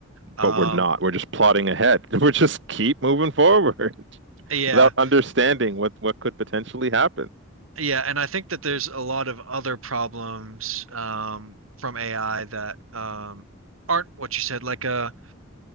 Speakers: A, on the right (about 80°); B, on the right (about 60°).
A: Um,
B: But we're not. We're just plodding ahead. <laughs> We're just keep moving forward <laughs>
A: yeah,
B: without understanding what what could potentially happen.
A: yeah, and I think that there's a lot of other problems um, from AI that um, aren't what you said. Like uh,